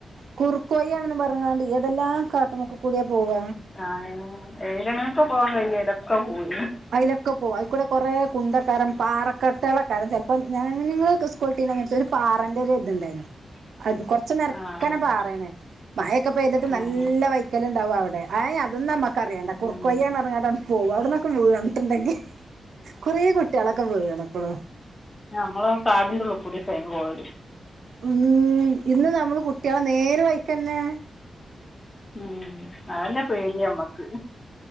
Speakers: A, on the right (about 70°); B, on the left (about 20°).
A: കുറുക്കുവഴി ആണെന്ന് പറഞ്ഞാണ്ട് ഏതെല്ലാം കാട്ടുമുക്കുകൂടിയാ പോവ
B: ആഹ് ഏലങ്ങക്കെ പോവാൻ കയ്യും ലൊക്കെ പോയിനു
A: അതിലൊക്കെ പോകും അതിക്കൂടെ കുറെ കുണ്ടക്കാരം പാറക്കെട്ടകളക്കാരൻ ച പ്പം ഞങ്ങ നിങ്ങള് സ്കൂട്ടീച്ച ഒരു പാറൻ്റെ ഒരു ഇതുണ്ടായിരുന്നു അത് കൊറച്ച നേരക്കനെ
B: ആ ആ
A: പാറയണേ മഴൊക്കെ പെയ്തിട്ട് നല്ല
B: ഉം
A: വയ് വക്കലുണ്ടാവും അവിടെ എയെ അതന്നും നമുക്കറിയണ്ട കുർ
B: ഉം
A: കൊയ്യന്ന് പറങ്ങിക്കണ്ട് പോവും അവിടുന ക്കെ വണിട്ടുണ്ടെങ്കിൽ കുറേ കുട്ടികളൊക്കെ വീണ ക്കുന്നു
B: ആഹ് നമ്മൾ കാടിന്റെ ഉള്ളൂക്കുടിക്കെ ഞങ്ങൾ പോവല്
A: ഉം ഇന്ന് നമ്മള് കുട്ടികളെ നേരെ വൈക്ക്ന്നെ
B: ഉം അതന്നെ പേടിയമ്മക്ക്